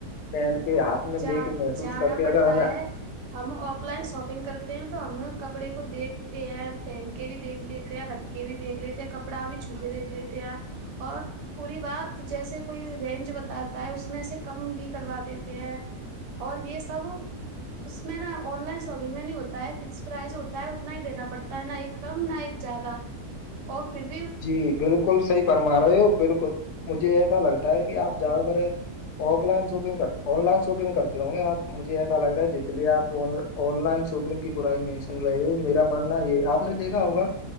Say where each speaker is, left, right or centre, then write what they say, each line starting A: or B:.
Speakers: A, on the left (about 80°); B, on the right (about 85°).
A: پہن کے ہاتھ میں لے
B: جا
A: کے محسوس
B: جانا
A: کر کے
B: پڑتا
A: اگر ہمیں
B: ہے ہم آف لائن شاپنگ کرتے ہیں تو ہم کپڑے کو دیکھتے ہیں پہن کے بھی دیکھ لیتے ہیں رکھ سک کے بھی دھ لیتے ہیں کپڑا بھی چھو کے دیک لیتے ہیں اور پوری بات جیسے کوئی رینج بتاتا ہے اس میں سے کم بھی کروا دیتا ہیں اور یہ سب اس میں نا آن لائن شاپنگ میں نہیں ہوتا ہے فکس پرائز ہوتا ہے اتنا ہی دینا پڑتا ہے نا ایک کم نہ ایک زیادہ
A: <unintelligible>
B: آف فر
A: جی بالکل صحیح فرما رہے ہو بالکل مجھے ایسا لگتا ہے کہ آپ زیادہ تر offline shopping online shopping کرتے ہوںے آپ مجھے ایسا لگ رہا ہے جس لیے آپ لن آن لائن شاپنگ کی برائی نہیں سن رہے ہو میرا ماننا یہ آپ نے دیکھا ہوگا